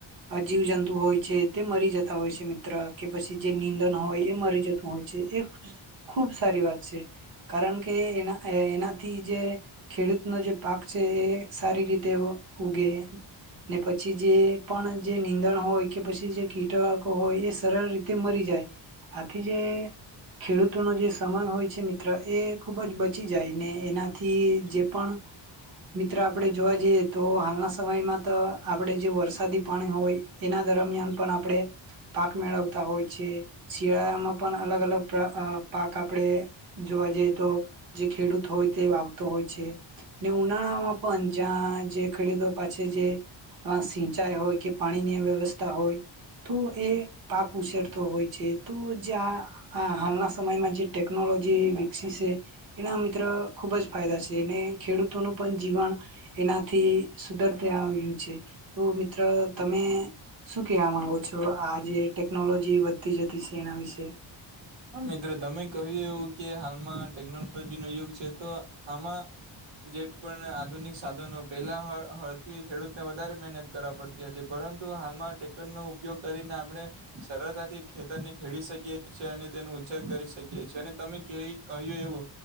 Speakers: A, on the right; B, on the right.
A: અજીવ જંતુ હોય છે તે મરી જતા હોય છે મિત્ર કે પછી જે ંદણ હોય એ મરી જતું હોય છે એ ખુબ સારી વાત છે કારણ કે એના એનાથી જે ખેડૂતનો જે પાક છે એ સારી રીતે ઉગે ને પછી જે પણ જે નીંદણ હોય કે પછી જે કીટકો હોય એ સરળ રીતે મરી જાય આથી જે ખેડૂતોનો જે સમય હોય છે મિત્ર એ ખુબ જ બચી જાય ને એનાથી જે પણ મિત્ર આપણે જોવા જઈએ તો હાલના સમયમાં તો આપણે જે વરસાદી પાણી હોય એના દરમિયાન પણ આપણે પાક મેળવતા હોય છે શિયાળામાં પણ અલગ અલગ પાક આપણેે જોવા જઈએ તો જે ખેડૂત હોય તે વાવતો હોય છે ને ઉનાળામાં પણ જ્યાં જે ખેડૂતો પાસે જે સિંચાઈ હોય કે પાણીની વ્યવસ્થા હોય તો એ પાક ઉછરતો હોય તો જે હાલના સમયમાં જે ટેકનોલોજી વિકસી છે એના મિત્ર ખુબ જ ફાયદા છે અને ખેડૂતોનું પણ જીવન એનાથી સુધરતા આવ્યું છે તો મિત્ર તમે શું કેહેવા માંગો છો આ જે ટેકનોલોજી જતી જતી છે એના વિશે
B: હા મિત્રો તમે કહ્યું એું કે હાલમાં ટેકનોલોજી ન યુગ છે તો આમાં જે પણ આધુનિક સાધનો પહેલા થી ખેડૂત ને વધારે મહેનત કરવા પડતી હતી પરંતુ હાલમાં ટટેક્ટરનો ઉપયોગ કરીને આપણે સરળતાથી ખેતરને ખેડી શકીએ છીએ અને તેનો ઉછેર કરી શકીએ છી અને તમે કહ્યું એવું